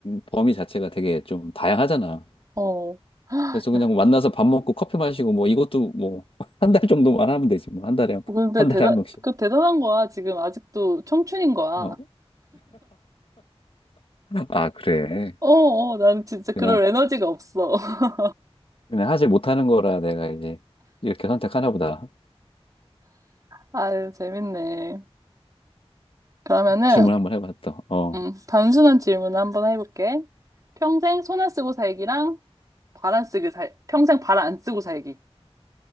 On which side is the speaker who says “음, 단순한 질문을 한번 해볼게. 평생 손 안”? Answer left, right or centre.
Right